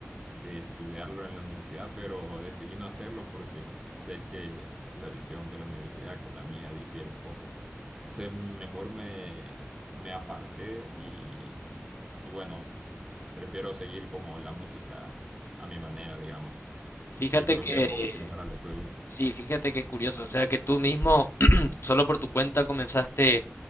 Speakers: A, on the right; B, on the left.
A: de estudiarlo en la universidad, pero decidí no hacerlo porque sé que la visión de la universidad con la mía difiere un poco. Entonces, mejor me, me aparté y, y bueno, prefiero seguir como la música a mi manera, digamos.
B: Fíjate
A: Yo creo
B: que,
A: que es un poco similar a lo tuyo.
B: sí, fíjate qué curioso, o sea que tú mismo, <clears throat> solo por tu cuenta, comenzaste